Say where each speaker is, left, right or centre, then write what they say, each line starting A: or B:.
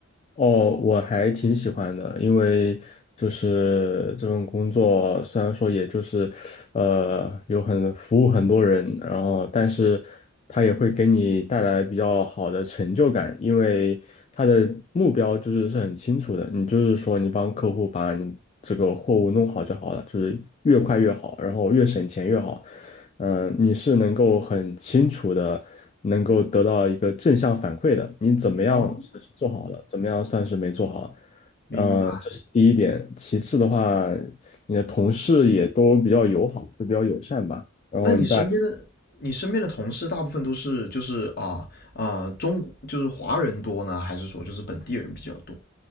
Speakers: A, on the left; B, on the left.
A: 哦，我还挺喜欢的，因为就是这份工作虽然说也就是，呃，有很服务很多人，然后但是它也会给你带来比较好的成就感，因为它的目标就是是很清楚的，你就是说你帮客户把你这个货物弄好就好了，就是越快越好，然后越省钱越好。嗯、呃你是能够很清楚的，能够得到一个正向反馈的。你怎么样算是做好了，
B: 哦，
A: 怎么样算是没做好？
B: 明白。
A: 呃，这是第一点。其次的话，你的同事也都比较友好，就比较友善吧。然后你再，
B: 那你身边的，你身边的同事大部分都是就是啊啊、中，就是华人多呢，还是说就是本地人比较多？